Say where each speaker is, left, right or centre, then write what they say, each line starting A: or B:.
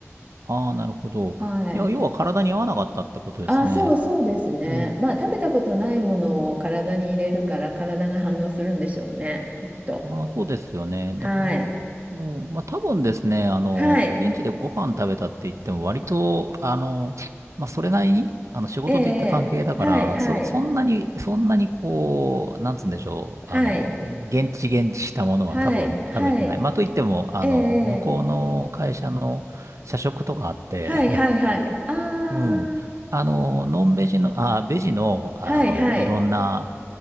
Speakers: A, on the right; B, on the right.
A: ああ、なるほど。
B: はい。
A: いや、要は体に合わなかったってことですね。
B: あ、そうそうですね。
A: うん。
B: まあ、食べたことないものを体に入れるから体が反応するんでしょうね、きっと。
A: まあ、そうですよね。
B: はい。
A: だから、うん、まあ、多分ですね、あの、
B: はい。
A: 現地でご飯食べたって言っても、割と、あの、まあ、それなりに、あの、仕事で行った関係だから、
B: ええ、はい、はい、
A: そ、そんなに、そんなにこう、なんつうんでしょう、
B: はい、
A: あの、現地現地したものは多分食べてない。
B: はい、はい、
A: まあ、といっても、あの、
B: ええ、
A: 向こうの会社の社食とかあって
B: はい、はい、はい。ああ、
A: うん。あの、ノンベジの、あ、ベジの、あの、
B: はい、はい、
A: いろんな、